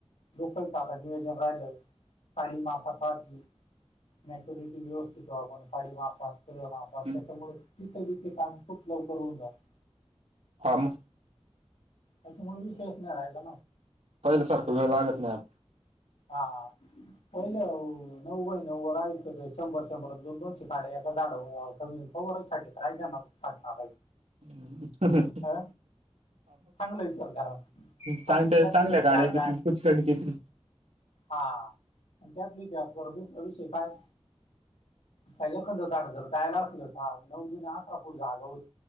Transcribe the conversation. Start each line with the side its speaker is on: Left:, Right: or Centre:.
Left: लोकांच आता नियोजन राहिलं- <unintelligible> मॅचुरिटी व्यवस्थित व्हाव म्हणुन <inaudible> सगळं माफ.
Right: हम्म.
Left: त्याच्यामुळे तिथं बी ते काम खूप लवकर होऊन जात-.
Right: हा मग
Left: त्याच्यामुळे विश्वास नाही राहिला ना.
Right: पहिल्यासारखा वेळ लागत नाही.
Left: हा पहिले नव्व नव्व राहाच शंभर शंभर दोन दोनशे काडे झाड. <unintelligible> राय जा छटणार आहे.
Right: अह
Left: हा चांगलं वि सरकारात
Right: चांगल्या
Left: आणि त्यातले
Right: चांगल्या
Left: तर
Right: गाड्या
Left: जाड
Right: किती
Left: जाय
Right: कुचकंड किती
Left: हा त्याच विद्यार्थी बरोबच अविषय काय त्याच्या खं झाड जर जायला असेल होता नऊ ज अठरा फूट जाग होती